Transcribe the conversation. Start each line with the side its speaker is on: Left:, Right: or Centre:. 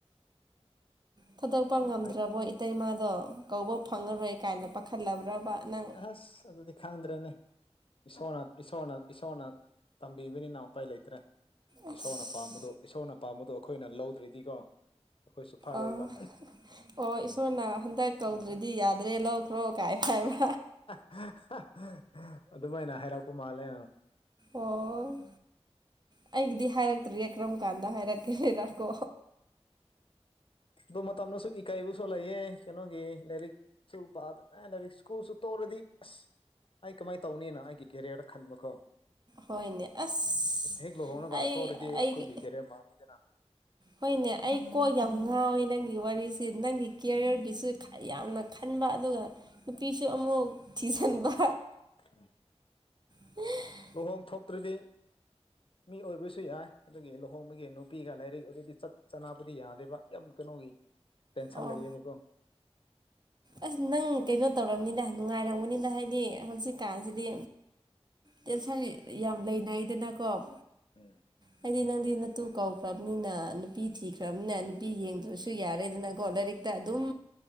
Right: ꯊꯥꯗꯣꯛꯄ ꯉꯝꯗ꯭ꯔꯕꯣ
Left: ꯑꯩ
Right: ꯏꯇꯩꯃꯥꯗꯣ ꯀꯧꯕ ꯐꯪꯉꯔꯣꯏ ꯀꯥꯏꯅ ꯄꯥꯈꯠꯂꯕ꯭ꯔꯕ ꯅꯪ
Left: ꯑ ꯑꯁ ꯑꯗꯨꯗꯤ ꯈꯪꯗ꯭ꯔꯦꯅꯦ ꯏꯁꯣꯔꯅ ꯏꯁꯣꯔꯅ ꯏꯁꯣꯔꯅ ꯇꯝꯕꯤꯕꯅꯤꯅ ꯎꯄꯥꯏ ꯂꯩꯇ꯭ꯔꯦ
Right: ꯑꯁ
Left: ꯏꯁꯣꯔꯅ ꯄꯥꯝꯕꯗꯣ ꯏꯁꯣꯔꯅ ꯄꯥꯝꯕꯗꯣ ꯑꯈꯣꯏꯅ ꯂꯧꯗ꯭ꯔꯤꯗꯤꯀꯒꯣ ꯑꯈꯣꯏꯁꯨ ꯐꯥꯔꯣꯏꯕ
Right: ꯑꯥ ꯑꯣ ꯏꯁꯣꯔꯅ ꯍꯟꯗꯛ ꯀꯧꯗ꯭ꯔꯗꯤ
Left: ꯎꯝ
Right: ꯌꯥꯗ꯭ꯔꯦ ꯂꯧꯈ꯭ꯔꯣ ꯀꯥꯏ ꯍꯥꯏꯕ
Left: ꯍ ꯑꯗꯨꯃꯥꯏꯅ ꯍꯥꯏꯔꯛꯄ ꯃꯥꯜꯂꯦ
Right: ꯑꯣ ꯑꯩꯒꯤꯗꯤ ꯍꯥꯏꯔꯛꯇ꯭ꯔꯤꯌꯦ ꯀꯔꯝ ꯀꯥꯟꯗ ꯍꯥꯏꯔꯛꯀꯦꯗ
Left: ꯎꯝ
Right: ꯀꯣ
Left: ꯑꯗꯣ ꯃꯇꯝꯅꯁꯨ ꯏꯀꯥꯏꯕ ꯁꯣ ꯂꯩꯌꯦ ꯀꯩꯅꯣꯒꯤ ꯂꯥꯏꯔꯤꯛ ꯁꯨ ꯄ ꯔꯤꯁꯀꯨ ꯁꯨ ꯇꯣꯔꯗꯤ ꯑꯩ ꯀꯃꯥꯏ ꯇꯧꯅꯤꯅ ꯑꯩꯒꯤ ꯀꯦꯔꯤꯌꯔꯗ ꯈꯟꯕꯀꯣ
Right: ꯍꯣꯏꯅꯦ ꯑꯁ
Left: ꯍꯦꯛ ꯂꯨꯍꯣꯡꯅꯒ
Right: ꯑꯩ
Left: ꯇꯧꯔꯗꯤ ꯑꯩꯈꯣꯏꯒꯤ
Right: ꯑꯩꯒꯤ
Left: ꯀꯦꯔꯤꯌꯔ ꯃꯥꯡꯉꯤꯗꯅ
Right: ꯍꯣꯏꯅꯦ ꯑꯩ ꯀꯣ ꯌꯥꯝ ꯉꯥꯎꯋꯤ ꯅꯪꯒꯤ ꯋꯥꯔꯤꯁꯤ ꯅꯪꯒꯤ ꯀꯤꯌꯔꯒꯤꯁꯨ
Left: ꯎꯝ
Right: ꯌꯥꯝꯅ ꯈꯟꯕ ꯑꯗꯨꯒ ꯅꯨꯄꯤꯁꯨ ꯑꯃꯨꯛ ꯊꯤꯖꯤꯟꯕ
Left: <inaudible>
Right: <unintelligible>
Left: ꯂꯨꯍꯣꯡ ꯊꯣꯛꯇ꯭ꯔꯗꯤ ꯃꯤ ꯑꯣꯏꯕꯁꯨ ꯌꯥꯏ ꯑꯗꯨꯒꯤ ꯂꯨꯍꯣꯡꯕꯒꯤ ꯅꯨꯄꯤꯒ ꯂꯥꯏꯔꯤꯛ ꯑꯗꯨꯗꯤ ꯆꯠ ꯆꯥꯅꯕꯗꯤ ꯌꯥꯗꯦꯕ ꯌꯥꯝ ꯀꯩꯅꯣꯒꯤ ꯇꯦꯟꯁꯟ
Right: ꯑꯣ
Left: ꯂꯩꯌꯦꯕꯀꯣ
Right: ꯑꯁ ꯅꯪ ꯀꯩꯅꯣ ꯇꯧꯔꯝꯅꯤꯗ ꯅꯨꯡꯉꯥꯏꯔꯝꯒꯅꯤꯗ ꯍꯥꯏꯗꯤ ꯍꯧꯖꯤꯛꯀꯥꯟꯁꯤꯗꯤ ꯇꯦꯟꯁꯟ ꯌꯥꯝ ꯂꯩꯅꯥꯏꯗꯅꯀꯣꯞ
Left: ꯎꯝ
Right: ꯍꯥꯏꯗꯤ ꯅꯪꯗꯤ ꯅꯠ ꯇꯨ ꯀꯧꯈ꯭ꯔꯕꯅꯤꯅ ꯅꯨꯄꯤ ꯊꯤꯈ꯭ꯔꯕꯅꯤꯅ ꯅꯨꯄꯤ ꯌꯦꯡꯗ꯭ꯔꯁꯨ ꯌꯥꯔꯦꯗꯅꯀꯣ ꯂꯥꯏꯔꯤꯛꯇ ꯑꯗꯨꯝ